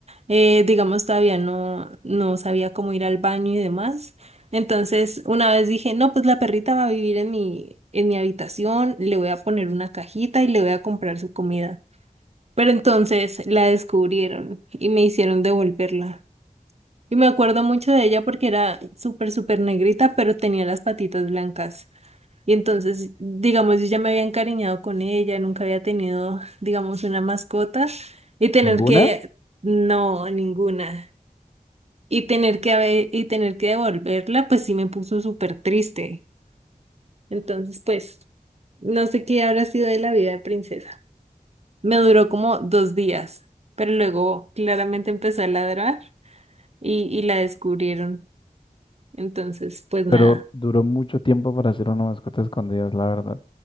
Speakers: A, on the right; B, on the left.
A: eh, digamos, todavía no, no sabía cómo ir al baño y demás. Entonces, una vez dije, no, pues la perrita va a vivir en mi, en mi habitación, le voy a poner una cajita y le voy a comprar su comida. Pero entonces la descubrieron y me hicieron devolverla. Y me acuerdo mucho de ella porque era súper, súper negrita, pero tenía las patitas blancas. Y entonces, digamos, yo ya me había encariñado con ella, nunca había tenido, digamos, una mascota y tener
B: ¿Ninguna?
A: que, no, ninguna. Y tener que haber, y tener que devolverla, pues sí me puso súper triste. Entonces, pues, no sé qué habrá sido de la vida de princesa. Me duró como dos días, pero luego claramente empezó a ladrar y, y la descubrieron. Entonces, pues nada.
B: Pero duró mucho tiempo para hacer una mascota escondida, es la verdad.